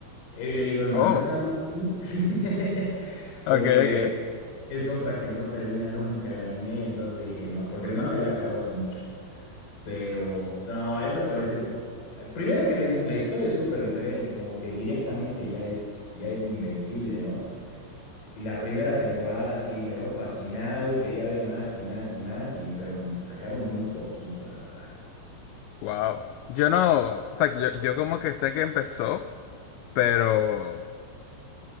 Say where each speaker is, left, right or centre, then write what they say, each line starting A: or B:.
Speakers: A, on the left (about 40°); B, on the left (about 85°).
A: He leído el manga
B: Oh,
A: también, <laughs> porque
B: ok, ok.
A: es otra que no termina nunca el anime, entonces dije, no, porque el manga ya acabó hace mucho. Pero no, esa parece... Primero que la, his- la historia es súper diferente, como que directamente ya es, ya es invencible, ¿no? Y la primera temporada sí me dejó fascinado y quería ver más y más y más, y, pero sacaron muy poquito, la verdad.
B: Wow. Yo no, o sea, yo, yo como que sé que empezó, pero